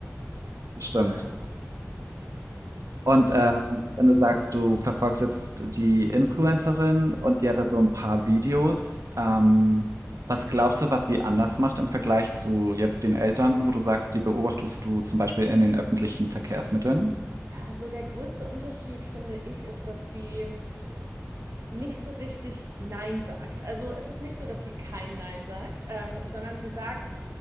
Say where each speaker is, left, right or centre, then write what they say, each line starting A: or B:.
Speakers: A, on the right; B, on the right.
A: Das Stimmt.
B: Klar.
A: Und ähm, wenn du sagst, du verfolgst jetzt die Influencerin und die hat da so ein paar Videos, ähm, was glaubst du, was sie anders macht im Vergleich zu jetzt den Eltern, wo du sagst, die beobachtest du zum Beispiel in den öffentlichen Verkehrsmitteln?
B: Also der größte Unterschied, finde ich, ist, dass sie nicht so richtig Nein sagt. Also es ist nicht so, dass sie kein Nein sagt, ähm, sondern sie sagt